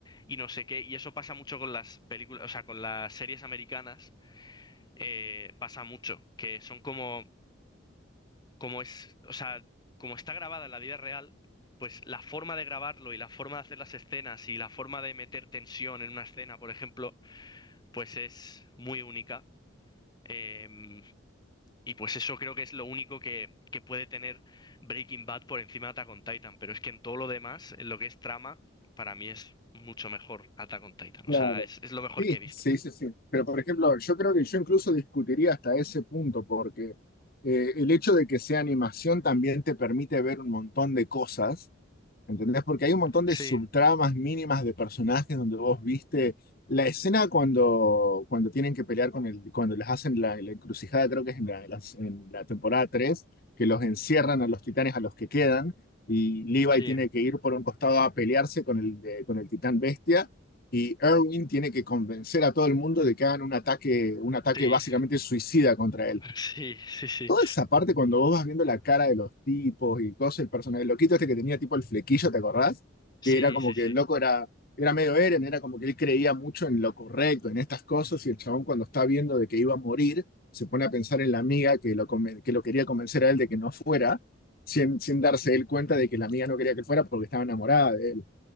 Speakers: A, on the left; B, on the left.
A: y no sé qué, y eso pasa mucho con las películas, o sea, con las series americanas, eh, pasa mucho, que son como como es, o sea, como está grabada en la vida real, pues la forma de grabarlo y la forma de hacer las escenas y la forma de meter tensión en una escena, por ejemplo, pues es muy única. Eh, y pues eso creo que es lo único que, que puede tener Breaking Bad por encima de Attack on Titan. Pero es que en todo lo demás, en lo que es trama, para mí es mucho mejor Attack on Titan.
B: Claro.
A: O sea, es, es lo mejor
B: Sí,
A: que he visto.
B: sí, sí, sí. Pero por ejemplo, yo creo que yo incluso discutiría hasta ese punto, porque eh, el hecho de que sea animación también te permite ver un montón de cosas. ¿Entendés? Porque hay un montón
A: Sí,
B: de subtramas mínimas de personajes donde vos viste la escena cuando, cuando tienen que pelear con el, cuando les hacen la, la encrucijada, creo que es en la, las- en la temporada 3 que los encierran a los titanes a los que quedan, y Levi
A: sí,
B: tiene que ir por un costado a pelearse con el, de- con el titán bestia, y Erwin tiene que convencer a todo el mundo de que hagan un ataque, un ataque
A: sí,
B: básicamente suicida contra él
A: <laughs> sí, sí, sí,
B: toda esa parte cuando vos vas viendo la cara de los tipos y cosas, el personaje, el loquito este que tenía tipo el flequillo, ¿te acordás?
A: sí,
B: Que era como
A: sí,
B: que el loco era, era medio Eren, era como que él creía mucho en lo correcto, en estas cosas, y el chabón cuando está viendo de que iba a morir, se pone a pensar en la amiga que lo, conven- que lo quería convencer a él de que no fuera, sin, sin darse él cuenta de que la amiga no quería que él fuera porque estaba enamorada de él.